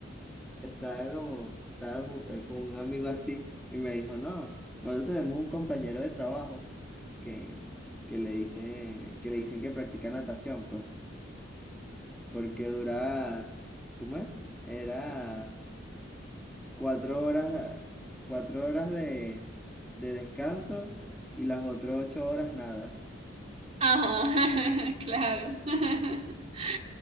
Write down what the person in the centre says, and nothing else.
estaba como, estaba ju- eh, con un amigo así y me dijo, no, nosotros tenemos un compañero de trabajo que, que le dice, que le dicen que practica natación, pues. porque duraba, ¿cómo es? Era cuatro horas, cuatro horas de, de descanso y las otras ocho horas nada.